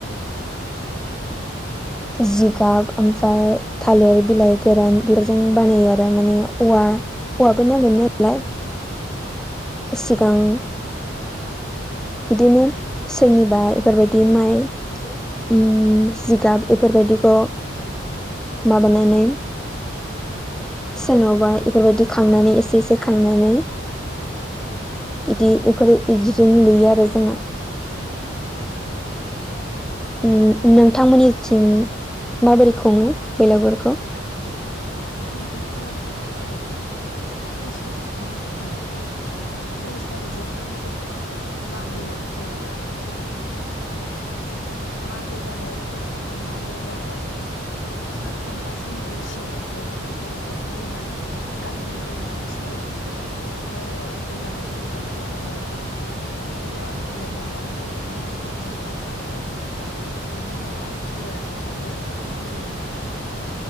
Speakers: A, in the centre; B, on the left.
A: जिगाब ओमफ्राय थालिर बिलाइ गोरान बेफोरजों बानायो आरो माने औवा बाब न
B: औ
A: ललाय सिगां बिदिनो सोरनिबा एफोरबायदि माइ ओम जिगाब एफोरबायदिखौ माबानानै सोरनावबा इफोरबायदि खांनानै एसे एसे खांनानै
B: औ
A: इदि इदिफोर इदिजों नुयो आरो जोंना
B: अ।
A: ओम नोंथांमोननिथिं माबोरै खुङो बेलागुरखौ?
B: ओ जोंनिथिंथ' बिदिनो ओ पुस दाननि ओ फुस दाननि जोबहां जोबहां मागो जेनेबा ओ ओ मागो जानो फुस ओ मागो जानो सानथाम बा सानब्रै सिगां बैला गुरखौ दैमानि गामिनि दैमानि सेराव लुयो। बे बेलागुरखौ लुनो थाखाय जोङो ओ औवा गिबियावनो औवा नांग्रोगोन। बेनि उनाव जिगाब आरो ओ बिनि उनाव थालिर थालिर बिलाइ गोरान